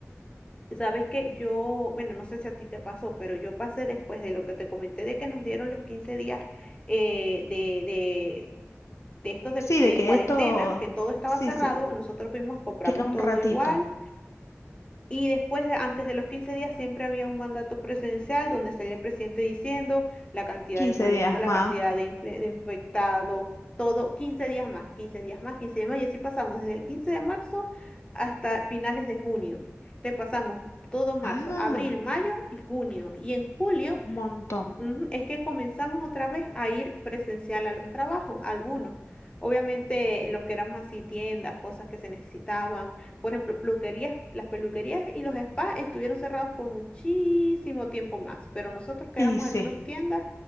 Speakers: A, on the left (about 20°); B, on the left (about 65°).
A: Sabes que yo, bueno, no sé si a ti te pasó, pero yo pasé después de lo que te comenté de que nos dieron los 15 días eh, de, de, de estos de,
B: Sí,
A: de
B: de que
A: cuarentena,
B: esto,
A: que todo estaba
B: sí,
A: cerrado,
B: sí,
A: nosotros fuimos, compramos
B: queda un
A: todo
B: ratito,
A: igual y después, de- antes de los 15 días, siempre había un mandato presidencial donde salía el presidente diciendo la cantidad
B: quince
A: de muertos,
B: días
A: la
B: más.
A: cantidad de, inf- de infectados, todo, 15 días más, 15 días más, 15 días más, y así pasamos desde el 15 de marzo hasta finales de junio. Te pasamos todo marzo,
B: Ah,
A: abril, mayo y junio. Y en julio
B: un montón.
A: Ujú, Es que comenzamos otra vez a ir presencial a los trabajos, algunos. Obviamente los que éramos así, tiendas, cosas que se necesitaban. Por ejemplo, peluquerías, las peluquerías y los spas estuvieron cerrados por muchísimo tiempo más, pero nosotros que
B: Y
A: éramos
B: sí,
A: al menos tiendas,